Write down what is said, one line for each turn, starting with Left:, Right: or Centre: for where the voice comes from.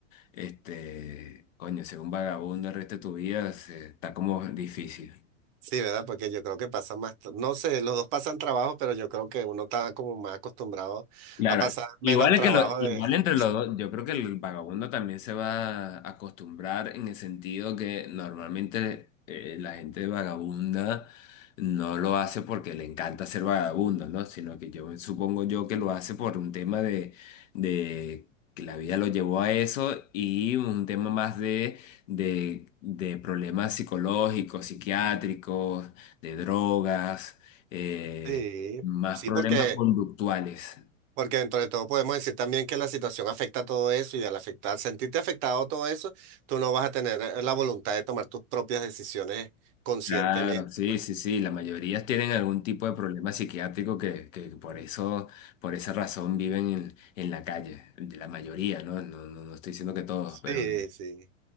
Left: este, coño, ser un vagabundo el resto de tu vida se- está como difícil.
Right: Sí, ¿verdad? Porque yo creo que pasa más, tra- no sé, los dos pasan trabajo, pero yo creo que uno está como más acostumbrado
Left: Claro,
Right: a pasar menos
Left: igual
Right: trabajo
Left: es que lo, igual
Right: de...
Left: entre los dos, yo creo que el vagabundo también se va a acostumbrar en el sentido que normalmente eh, la gente vagabunda no lo hace porque le encanta ser vagabundo, ¿no? Sino que yo supongo yo que lo hace por un tema de, de que la vida lo llevó a eso y un tema más de, de, de problemas psicológicos, psiquiátricos, de drogas, eh,
Right: Sí,
Left: más
Right: sí,
Left: problemas
Right: porque,
Left: conductuales.
Right: porque dentro de todo podemos decir también que la situación afecta a todo eso y al afectar, sentirte afectado a todo eso, tú no vas a tener eh, la voluntad de tomar tus propias decisiones conscientemente.
Left: Claro, sí, sí, sí, la mayoría tienen algún tipo de problema psiquiátrico que, que por eso, por esa razón viven en, en la calle, la mayoría, ¿no? No, no, no estoy diciendo que todos,
Right: Sí,
Left: pero...
Right: sí.